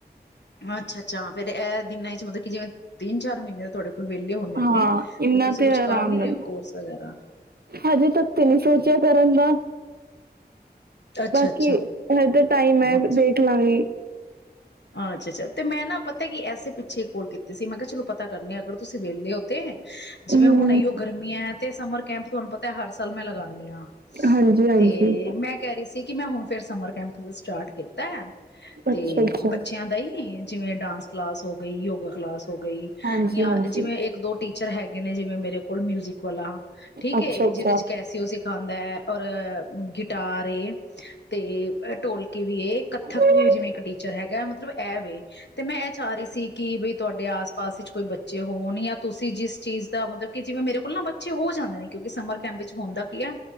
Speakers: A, on the left (about 85°); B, on the right (about 65°).
A: ਅੱਛਾ-ਅੱਛਾ, ਫੇਰ ਇਹ ਦਿਨਾਂ ਚ ਮਤਲਬ ਕਿ ਜਿਵੇਂ ਤਿੰਨ ਚਾਰ ਮਹੀਨੇ ਤੁਹਾਡੇ ਕੋਲ ਵਿਹਲੇ ਹੁੰਣੇ ਨੇ
B: ਹਾਂ ਇੰਨਾ
A: ਤੇ ਤੁਸੀਂ ਕੁਛ
B: ਆਰਾਮ
A: ਕਰ ਨੀ
B: ਨਾਲ
A: ਰਹੇ ਹੋ ਕੋਰਸ ਵਗੈਰਾ
B: ਹਜੇ ਤੱਕ ਤੇ ਨਹੀਂ ਸੋਚਿਆ ਕਰਨ ਦਾ
A: ਅੱਛਾ-ਅੱਛਾ
B: ਬਾਕੀ ਹਜੇ ਟਾਈਮ ਹੈੈਂ,
A: ਅੱਛਾ
B: ਦੇਖ ਲਾਂਗੀ।
A: ਅੱਛਾ-ਅੱਛਾ, ਤੇ ਮੈਂ ਨਾ ਪਤਾ ਕਿ ਐਸੇ ਪਿੱਛੇ ਕੋਲ ਕੀਤੇ ਸੀ, ਮੈਂ ਕਿਹਾ ਚਲੋ ਪਤਾ ਕਰਨੀ ਅਗਰ ਤੁਸੀਂ ਵਹਲੇ ਹੋ ਤੇ ਜਿਵੇਂ
B: ਹਮ
A: ਹੁਣ ਆਈਓ ਗਰਮੀਆਂ ਏ ਤੇ ਸਮਰ ਕੈਂਪ ਤੁਹਾਨੂੰ ਪਤਾ ਹਰ ਸਾਲ ਮੈਂ ਲਗਾਨੀ ਹਾਂ।
B: ਹਾਂਜੀ ਹਾਂਜੀ
A: ਤੇ ਮੈਂ ਕਹਿ ਰਹੀ ਸੀ। ਕਿ ਮੈਂ ਹੁਣ ਫਿਰ ਸਮਰ ਕੈਂਪਸ ਸਟਾਰਟ ਕੀਤਾ। ਤੇ
B: ਅੱਛਾ-ਅੱਛਾ,
A: ਬੱਚਿਆਂ ਦਾ ਈ, ਜਿਵੇਂ ਡਾਂਸ ਕਲਾਸ ਹੋ ਗਈ ਯੋਗਾ ਕਲਾਸ ਹੋ ਗਈ
B: ਹਾਂਜੀ
A: ਜਾਂ
B: ਹਾਂਜੀ
A: ਜਿਵੇਂ ਇੱਕ ਦੋ ਟੀਮ ਪਰ ਹੈਗੇ ਨੇ ਜਿਵੇਂ ਮੇਰੇ ਕੋਲ ਮਿਊਜ਼ਿਕ ਵਾਲਾ ਠੀਕ
B: ਅੱਛਾ
A: ਏ,
B: ਅੱਛਾ
A: ਜਿਹਦੇ ਚ ਕੈਸਿਓ ਸਿਖਾ ਹੁੰਦਾ ਹੈ, ਔਰ ਗਿਟਾਰ ਏ। ਤੇ ਢੋਲਕੀ ਵੀ ਏ ਕੱਥਕ
B: ਹਮ
A: ਵੀ ਜਿਵੇਂ ਇੱਕ ਟੀਚਰ ਹੈਗਾ ਮਤਲਬ। ਇਹਵੇ ਤੇ ਮੈਂ ਇਹ ਚਾਹ ਰਹੀ ਸੀ, ਕਿ ਬਈ ਤੁਹਾਡੇ ਆਸ -ਪਾਸ ਵਿੱਚ ਕੋਈ ਬੱਚੇ ਹੋਣ ਜਾਂ ਤੁਸੀਂ ਜਿਸ ਚੀਜ਼ ਦਾ ਮਤਲਬ ਕਿ ਜਿਵੇਂ ਮੇਰੇ ਕੋਲ ਨਾ ਬੱਚੇ ਹੋ ਜਾਂਦੇ ਨੇ ਕਿਉਂਕਿ ਸਮਰ ਕੈਂਪ ਵਿੱਚ ਹੁੰਦਾ ਕੀ ਹੈ,